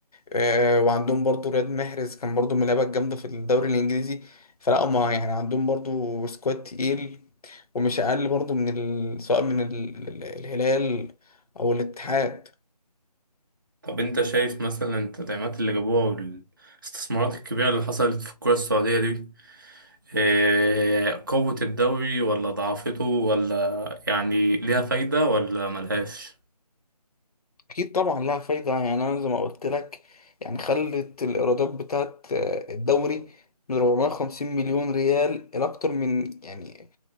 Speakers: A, on the left; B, on the right.
A: آه، وعندهم برضو رياض محرز كان برضو من اللعيبه الجامده في الدوري الانجليزي فلا هما يعني عندهم برضو سكواد تقيل ومش اقل برضو من ال... سواء من ال... ال- الهلال او الاتحاد
B: طب انت شايف مثلا التدعيمات اللي جابوها والاستثمارات الكبيرة اللي حصلت في الكرة السعودية دي اه، قوت الدوري ولا ضعفته ولا يعني ليها فايدة ولا ملهاش
A: اكيد طبعا لها فايده يعني انا زي ما قلت لك يعني خلت الايرادات بتاعت آه، الدوري من 450 مليون ريال الى اكتر من يعني